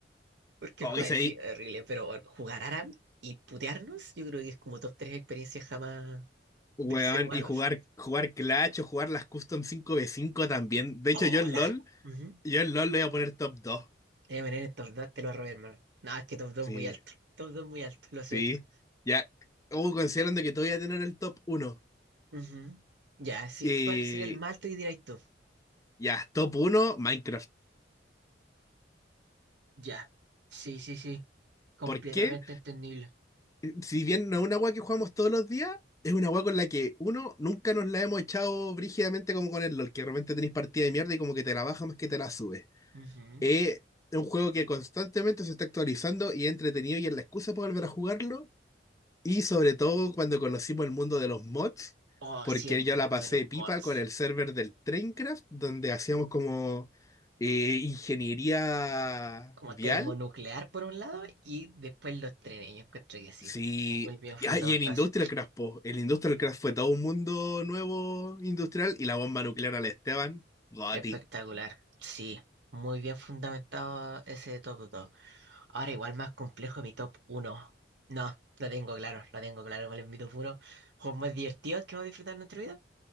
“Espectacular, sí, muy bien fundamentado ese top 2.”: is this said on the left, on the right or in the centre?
Right